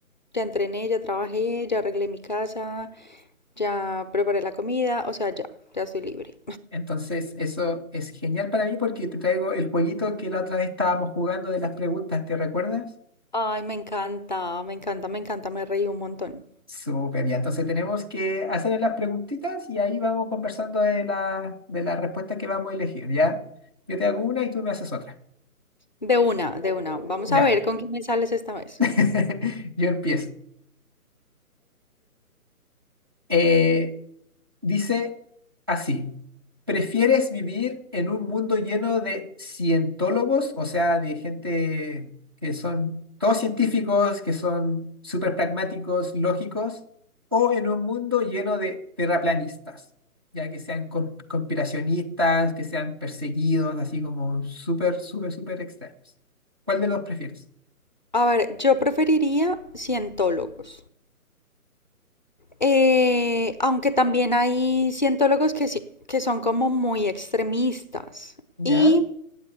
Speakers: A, on the left (about 30°); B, on the right (about 15°).
A: ya entrené, ya trabajé, ya arreglé mi casa, ya preparé la comida, o sea, ya, ya estoy libre.
B: Entonces, eso es genial para mí porque te traigo el jueguito que la otra vez estábamos jugando de las preguntas, ¿te recuerdas?
A: Ay, me encanta, me encanta, me encanta, me reí un montón.
B: Súper bien, entonces tenemos que hacer las preguntitas y ahí vamos conversando de la, de la respuesta que vamos a elegir, ¿ya? Yo te hago una y tú me haces otra.
A: De una, de una. Vamos
B: Ya.
A: a ver con quién me sales esta vez.
B: <laughs> Yo empiezo. Eh, Dice así, ¿prefieres vivir en un mundo lleno de cientólogos, o sea, de gente que son todos científicos, que son súper pragmáticos, lógicos, o en un mundo lleno de terraplanistas, ya que sean con- conspiracionistas, que sean perseguidos, así como súper, súper, súper extraños? ¿Cuál de los prefieres?
A: A ver, yo preferiría cientólogos. Eh, aunque también hay cientólogos que, sí- que son como muy extremistas.
B: ¿Ya?
A: Y